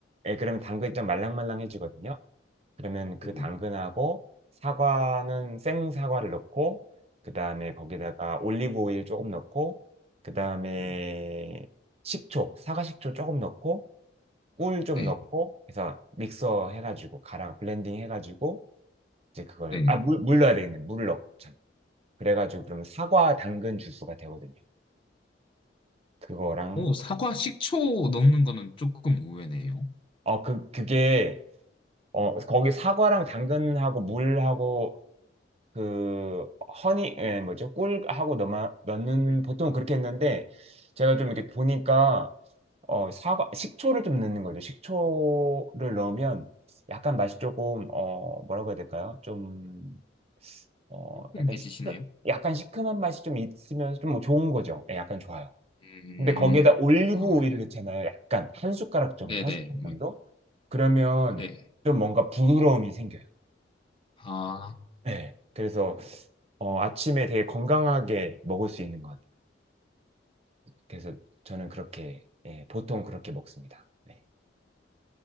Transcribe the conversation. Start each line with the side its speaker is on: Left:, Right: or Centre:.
Right: 예, 그러면 당근이 좀 말랑말랑해지거든요. 그러면 그
Left: 네.
Right: 당근하고 사과는 생 사과를 넣고 그다음에 거기다가 올리브 오일 조금 넣고 그다음에
Left: 네.
Right: 식초, 사과 식초 조금 넣고 꿀 좀
Left: 네.
Right: 넣고 해서 믹서 해가지고 가랑 블렌딩 해가지고 이제 그걸
Left: 네.
Right: 아 물 물 넣어야 되겠네 물을 넣고 참 그래가지고 그러면 사과 당근 주스가 되거든요 그거랑
Left: 오, 사과 식초 넣는 거는 조금 의외네요.
Right: 어 그 그게 어 거기 사과랑 당근하고 물하고 그 허니 예, 뭐죠? 꿀하고 넣어 넣는
Left: 음.
Right: 보통 그렇게 했는데 제가 좀 이렇게 보니까 어 사과 식초를 좀 넣는 거죠. 식초를 넣으면 약간 맛이 조금 어 뭐라고 해야 될까요? 좀 어
Left: 깔끔해지시나요?
Right: 약간 시 약간 시큼한 맛이 좀 있으면서 좀뭐 좋은 거죠. 예, 약간 좋아요.
Left: 음,
Right: 근데 거기에다 올리브
Left: 어,
Right: 오일을 넣잖아요. 약간 한 숟가락 정도,
Left: 네네,
Right: 한 숟가락 정도?
Left: 뭐,
Right: 그러면
Left: 네.
Right: 좀 뭔가 부드러움이 생겨요.
Left: 아,
Right: 네. 그래서 어, 아침에 되게 건강하게 먹을 수 있는 것 같아요. 그래서 저는 그렇게, 예, 보통 그렇게 먹습니다. 네.